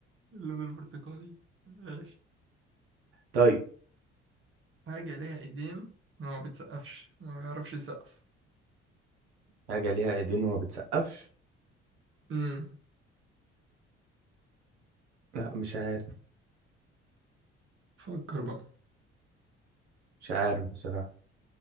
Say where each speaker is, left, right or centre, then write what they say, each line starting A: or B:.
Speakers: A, on the right; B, on the right.
A: اللون البرتقالي ماشي
B: طيب
A: حاجة ليها ايدين ما بتسقفش ما بيعرفش يسقف
B: حاجه ليها ايدين وما بتسقفش
A: امم
B: لا مش عارف
A: فكر بقى
B: مش عارف بصراحه